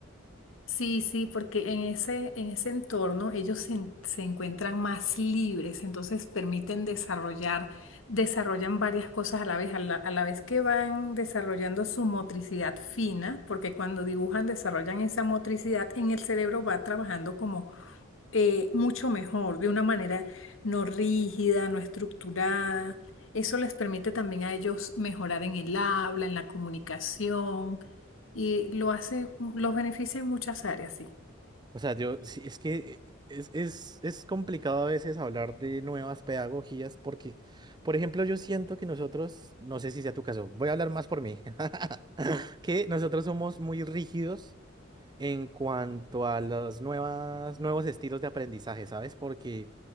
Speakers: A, on the left (about 85°); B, on the right (about 20°).
A: Sí, sí, porque en ese, en ese entorno ellos se, en- se encuentran más libres, entonces permiten desarrollar, desarrollan varias cosas a la vez, a la, a la vez que van desarrollando su motricidad fina, porque cuando dibujan desarrollan esa motricidad, en el cerebro va trabajando como eh, mucho mejor, de una manera no rígida, no estructurada. Eso les permite también a ellos mejorar en el habla, en la comunicación y lo hace, los beneficia en muchas áreas, sí.
B: O sea, yo, sí, es que es, es, es complicado a veces hablar de nuevas pedagogías porque, por ejemplo, yo siento que nosotros, no sé si sea tu caso, voy a hablar más por mí, <laughs> que nosotros somos muy rígidos en cuanto a los nuevas, nuevos estilos de aprendizaje, ¿sabes? Porque